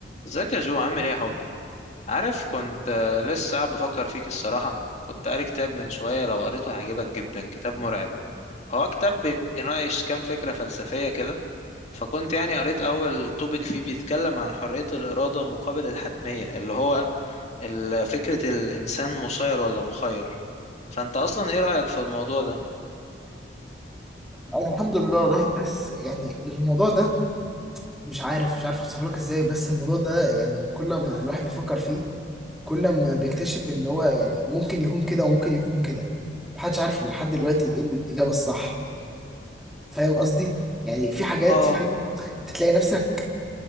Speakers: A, on the left; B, in the centre.
A: ازيك يا جو عامل ايه يا حبي عارف كنت آه، لسه قاعد بفكر فيك الصراحة كنت قاري كتاب من شوية لو قريته هيعجبك جدا كتاب مرعب هو كتاب بيناقش كام فكرة فلسفية كده فكنت يعني قريت أول توبيك فيه بيتكلم عن حرية الإرادة مقابل الحتمية اللي هو ال- فكرة الإنسان مسير ولا مخير فأنت أصلا ايه رأيك في الموضوع ده؟
B: أنا الحمد لله الواحد بس يعني الموضوع ده مش عارف مش عارف اوصف لك ازاي بس الموضوع ده يعني كل ما الواحد بيفكر فيه كل ما بيكتشف ان هو يعني ممكن يكون كده وممكن يكون كده محدش عارف لحد دلوقتي
A: مم.
B: ايه الاجابه الصح فاهم قصدي يعني في حاجات
A: اه
B: فعلا تلاقي نفسك